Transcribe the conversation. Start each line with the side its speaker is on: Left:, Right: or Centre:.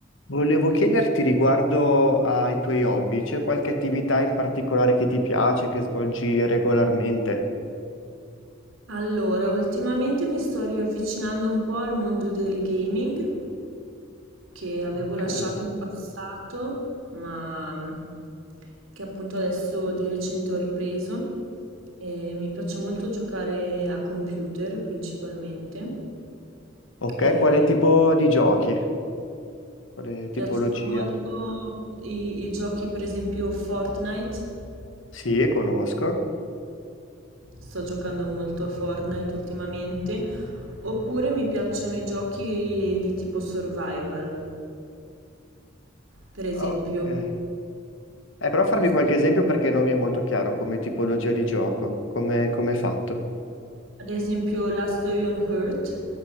Left: Volevo chiederti riguardo ai tuoi hobby, c'è qualche attività in particolare che ti piace, che svolgi regolarmente?
Right: Allora, ultimamente mi sto riavvicinando un po' al mondo del gaming che avevo
Left: Ok.
Right: lasciato in passato, ma mm, che appunto adesso di recente ho ripreso. E mi piace molto giocare a computer principalmente.
Left: Ok,
Right: E
Left: quale tipo
Right: mi
Left: di giochi? Quale tipologia?
Right: piacciono molto i, i giochi, per esempio Fortnite.
Left: Sì, conosco.
Right: Sto giocando molto a Fortnite ultimamente. Oppure mi piacciono i giochi di tipo survival. Per esempio,
Left: Ok. Eh, però farmi
Right: non so,
Left: qualche esempio perché non mi è molto chiaro come tipologia di gioco, come come è fatto.
Right: ad esempio Last Day on Earth,